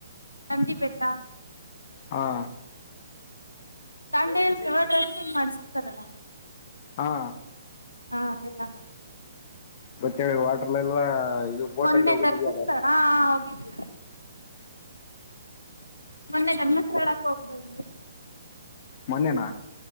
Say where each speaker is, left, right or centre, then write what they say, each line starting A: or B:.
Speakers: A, on the left; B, on the left.
A: ನಂದಿಬೆಟ್ಟ.
B: ಹಾ
A: ದಾಂಡೇಲಿ ಅಲ್ಲಿ <unintelligible> ಮಾಡ್ತಾರಲ್ಲ.
B: ಹಾ
A: ಹಾ ಅದೆಲ್ಲ.
B: ಮತ್ತೆ ವಾಟರ್ಲೆಲ್ಲ ಇದು. ಬೋಟ್
A: ಮೊನ್ನೆ
B: ಅಲ್ಲಿ ಹೋಗೋದಿದೆಯಲ್ಲ
A: ಧರ್ಮಸ್ಥಳ ಹೋಗಿದ್ವಿ. ಮೊನ್ನೆ ಧರ್ಮಸ್ಥಳಕ್ಕೆ ಹೋಗಿ ಬಂದ್ವಿ.
B: ಮೊನ್ನೆನಾ.